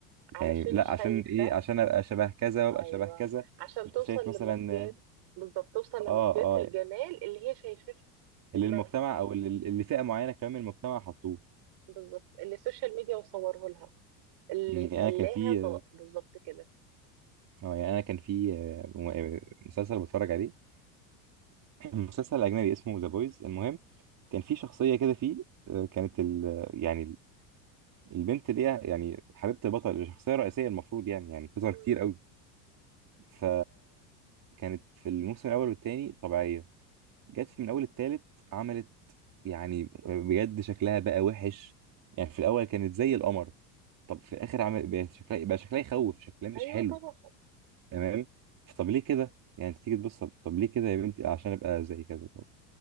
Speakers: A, on the right; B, on the right.
A: يعني
B: علشان
A: لا
B: شايفة
A: عشان ايه عشان ابقى شبه كذا وابقى
B: ايوه
A: شبه كذا
B: عشان
A: انت
B: توصل
A: شايف
B: لمقياس
A: مثلا
B: بالظبط توصل
A: اه
B: لمقياس
A: اه
B: الجمال اللي هي شايفاه في في
A: اللي
B: دماغها
A: المجتمع او اللي اللي فئه معينه كمان من المجتمع حطوه
B: بالظبط اللي السوشيال ميديا مصوره لها اللي
A: يعني
B: خلاها
A: انا كان في
B: طاق بالظبط كده
A: اه يعني انا كان في آه، م- آه، مسلسل بتفرج عليه <clears throat> مسلسل اجنبي اسمه ذا بويز المهم كان في شخصيه كده فيه آه، كانت ال يعني البنت اللي هي يعني حبيبه البطل الشخصيه الرئيسيه المفروض يعني يعني بتظهر
B: مم.
A: كتير قوي ف كانت في الموسم الاول والتاني طبيعيه جت في من اول التالت عملت يعني بجد شكلها بقى وحش يعني في الاول كانت زي القمر طب في الاخر عمل بقى شكلها بقى شكلها يخوف شكلها مش
B: ايوه
A: حلو
B: طبعا
A: تمام طب ليه كده يعني انت تيجي تبص طب طب ليه كده يا بنتي عشان ابقى زي كذا طب.